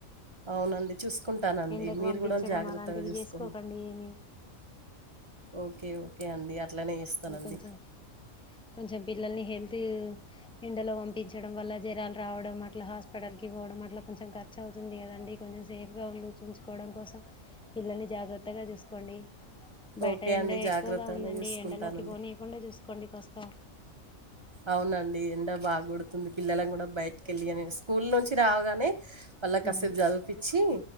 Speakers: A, on the right (about 20°); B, in the centre.
A: అవునండి చూసుకుంటానండి
B: ఎండకు
A: మీరు
B: పంపించడం
A: గూడా జాగ్రత్తగా
B: అలాంటివి
A: చూసుకోండి
B: చేసుకోకండి ఏమి
A: ఓకే ఓకే అండి అట్లనే చేస్తానండి.
B: ఇంకొంచెం కొంచెం పిల్లల్ని హెల్తు ఎండలో పంపించడం వల్ల జరాలు రావడం అట్లా హాస్పిటల్కి పోవడం అట్లా కొంచెం ఖర్చువుతుంది గదండి కొంచెం సేఫ్గా ఉండు చూంచుకోవడం కోసం పిల్లల్ని జాగ్రత్తగా చూసుకోండి బయట
A: ఓకే
B: ఎండ
A: అండి. జాగ్రత్తగానే
B: ఎక్కువగా ఉందండి
A: చూసుకుంటానండి.
B: ఎండలోకి పోనీయ్కుండా చూసుకోండి కాస్తా
A: అవునండి ఎండా బాగోడ్తుంది పిల్లల కూడా బయటికెళ్ళిని స్కూల్ నుంచి రాగానే మళ్ళ కసెపు
B: ఉమ్
A: చదిపిచ్చి